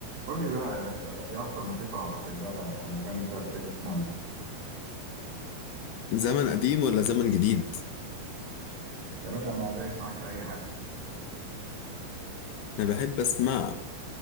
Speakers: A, on the right; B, on the left.
A: قول لي بقى يا باشا ايه اكتر موسيقى بتحبها او مغني كده بتحب تسمع له
B: زمن قديم ولا زمن جديد
A: يا باشا انا دايس معاك في اي حاجه
B: انا بحب اسمع